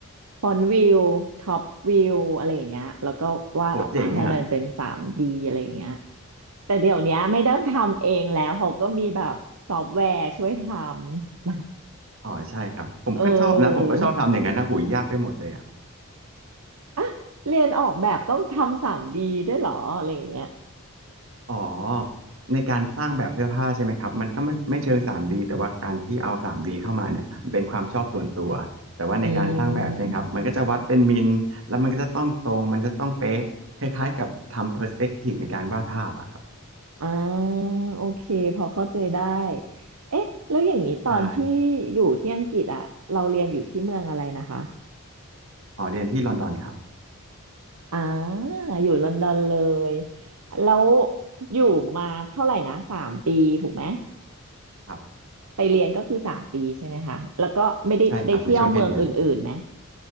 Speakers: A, on the right; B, on the right.
A: ฟรอนต์วิวท็อปวิวอะไรอย่างเงี้ยแล้วก็วาดออกมาให้มันเป็น
B: โหเจ๋งอ่ะ
A: 3D อะไรอย่างเงี้ยแต่เดี๋ยวเนี้ยไม่ต้องทำเองแล้วเขาก็มีแบบซอฟต์แวร์ช่วยทำ
B: อ๋อใช่ครับผมก็ชอบนะผมก็ชอบทำอย่างนั้นนะหุ้ยยากไปหมดเลยอ่ะ
A: เอออ่ะเรียนออกแบบต้องทำ 3D ดด้วยเหรออะไรอย่างเงี้ย
B: อ๋อในการสร้างแบบเสื้อผ้าใช่ไหมครับมันก็ไม่ไม่เชิง 3D แต่ว่าการที่เอา 3D เข้ามาเนี่ยมันเป็นความชอบส่วนตัวแต่ว่าในการสร้างแบบใช่ไหมครับมันก็จะวัดเป็นมิลแล้วมันก็จะต้องตรงมันจะต้องเป๊ะคล้ายๆกับทำ
A: อืม
B: perspective ในการวาดภาพอะครับ
A: อ่าโอเคพอเข้าใจได้เอ๊ะแล้วอย่างนี้ตอนที่อยู่ที่อังกฤษอ่ะเราเรียนอยู่ที่เมืองอะไรนะคะ
B: ใช่อ๋อเรียนที่ลอนดอนครับ
A: อ่าอยู่ลอนดอนเลยแล้วอยู่มาเท่าไหร่นะสามปีถูกไหม
B: ครับ
A: ไปเรียนก็คือสามปีใช่ไหมคะแล้วก็ไม่ได้ได้เที่ยวเมืองอื่นๆไหม
B: ใช่ครับในช่วงที่เรียน